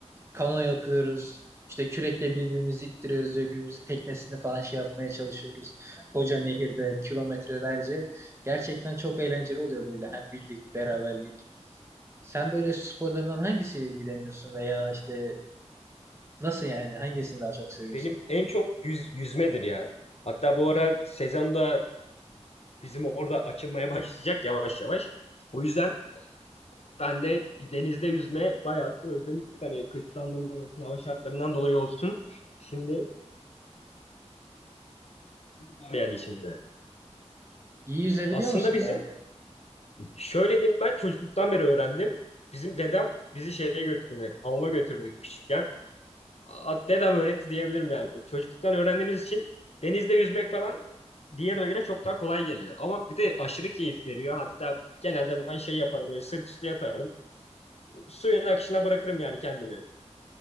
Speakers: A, on the right; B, on the left.
A: kano yapıyoruz. İşte kürekle birbirimizi ittiriyoruz ve birbirimizin teknesini falan şey yapmaya çalışıyoruz. Koca nehirde kilometrelerce. Gerçekten çok eğlenceli oluyor böyle hem birlik, beraberlik. Sen böyle sporlarından hangisiyle ilgileniyorsun veya işte nasıl yani hangisini daha çok seviyorsun?
B: benim en çok yüz, yüzmedir ya. Hatta
A: Yüzme
B: bu ara
A: mi?
B: sezonda bizim orada açılmaya <laughs> başlayacak yavaş yavaş. O yüzden ben de bir denizde yüzme bayağıdır özlemiştik. Hani kıştan dolayı olsun, hava şartlarından dolayı olsun. Şimdi var yani şimdi.
A: İyi yüzebiliyor
B: Aslında
A: musun
B: bizim
A: bari?
B: Şöyle diyeyim ben çocukluktan beri öğrendim. Bizim dedem bizi şeye götürdü hep. Hamama götürdü küçükken. A- Dedem öğretti diyebilirim yani. Çocukluktan öğrendiğimiz için denizde yüzmek falan diğerine göre çok daha kolay geliyor. Ama bir de aşırı keyif veriyor. Hatta genelde ben şey yaparım böyle sırt üstü yatarım. Suyun akışına bırakırım yani kendimi.